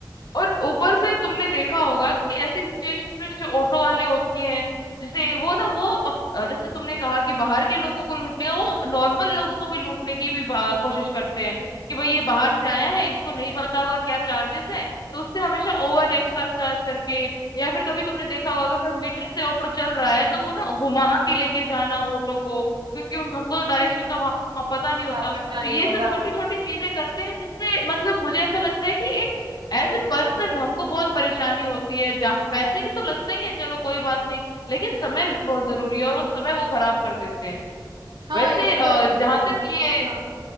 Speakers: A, on the left; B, on the right.
A: और ऊपर से तुमने देखा होगा कि ऐसी सिचुएशन में जो ऑटो वाले होते हैं जैसे वो ना वो अब अ, जैसे तुमने कहा कि बाहर के लोगों को लूटने का, वो नॉर्मल लोगों को भी लूटने की भी बा- कोशिश करते हैं कि भाई ये बाहर से आया है इसको नहीं पता होगा क्या चार्जेस है तो उससे हमेशा ओवर एक्स्ट्रा चार्ज करके या फिर कभी तुमने देखा होगा अगर कोई मीटर से ऑटो चल रहा है तो वो ना घुमा के लेके जाना ऑटो को क्योंकि उन हमको तो डायरेक्शन का वहां पता नहीं होता
B: हाँ पता
A: तो
B: नहीं
A: ये
B: होता
A: सब छोटी छोटी चीजें करते हैं जिससे मतलब मुझे ऐसा लगता है कि एज ए पर्सन हमको बहुत परेशानी होती है जा, पैसे के तो लगता ही है चलो कोई बात नहीं लेकिन समय भी बहुत जरूरी है और वो समय वो खराब कर देते हैं
B: हाँ
A: वैसे
B: ये तो है
A: जहां तक ये
B: हाँ